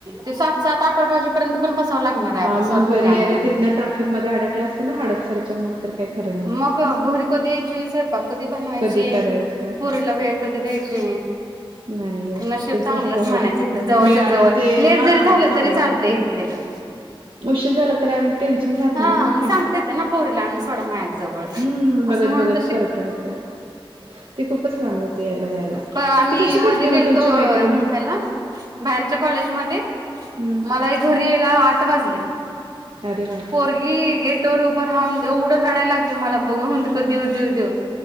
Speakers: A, on the right (about 45°); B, on the right (about 65°).
A: ते सात सात आठ आठ वाजेपर्यंत पण बसाव लागणारय आता
B: हा मग
A: सर म्हणले
B: घरी यायला
A: आम्हाला.
B: तिथनं ट्राफिक मध्ये अडकले असते ना हाडपसरच्या मग. तर काही खरं नव्हतं.
A: मग घरी कधी यायची, स्वयपाक कधी बनवायची,
B: कधी करायचं
A: पोरिला वेळ कधी द्यायची,
B: नाही हो
A: नशीब
B: तेच
A: चांगलंच
B: असते
A: म्हणायचं,
B: होत.
A: हितं जवळच्या
B: मिळालं
A: जवळ
B: ते
A: लेट
B: हा
A: जरी झालं
B: चांगलं
A: तरी चालतंय,
B: झालं.
A: हितल्या हितं.
B: उशीर झाला तरी आणि टेन्शन राहत
A: हा
B: नाही ना,
A: मग
B: आठ
A: सांगता येतंय ना पोरीला आणून सोडा माझ्याजवळ
B: हं,
A: असं
B: बघत
A: म्हणून
B: बघत
A: तर शिकते
B: करता येतंय. ते खूपच लांब होतं यायला जायला,
A: पण आम्ही
B: ती कशी करते
A: मध्ये गेलतो
B: मग तुमची मैत्रीण ओ?
A: ह्याला बाहेरच्या कॉलेजमध्ये
B: हम्म
A: मला एक घरी यायला आठ वाजल्या.
B: अरे वा.
A: पोरगी गेट वर उभं राहून ऐवढं रडाय लागली, मला बघून. <unintelligible>